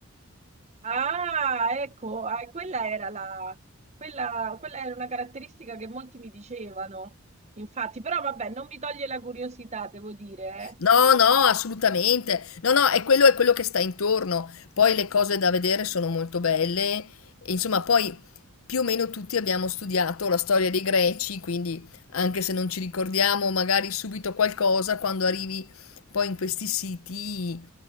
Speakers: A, on the right (about 30°); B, on the left (about 75°).
A: Ah, ecco, ah, quella era la, quella, quella era una caratteristica che molti mi dicevano, infatti, però vabbè, non mi toglie la curiosità, devo dire, eh.
B: No, no, assolutamente. No, no, è quello, è quello che sta intorno. Poi le cose da vedere sono molto belle. E, Insomma, poi più o meno tutti abbiamo studiato la storia dei Greci, quindi anche se non ci ricordiamo magari subito qualcosa, quando arrivi poi in questi siti,